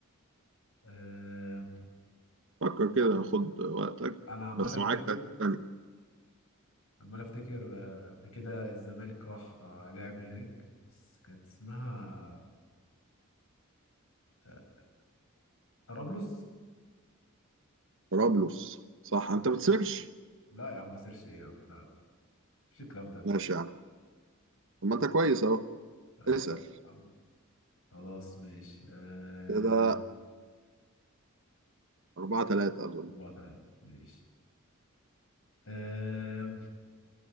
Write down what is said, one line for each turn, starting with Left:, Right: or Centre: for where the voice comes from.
Left: آه،
Right: فكر كده خد وقتك
Left: انا عمال
Right: بس
Left: افتكر
Right: معاك 30 ثانية
Left: عمال افتكر آه، قبل كده الزمالك راح آه، لعب هناك بس كانت اسمها آه، طرابلس
Right: طرابلس صح انت بتسيرش
Left: لا يا عم ما سيرش ايه يا عم لا لا مش الكلام ده
Right: ماشي يا عم طب ما انت كويس اهو
Left: آه،
Right: اسأل
Left: عم- خلاص ماشي آه،
Right: كده 4 3 أظن
Left: الله تعالى ماشي آه،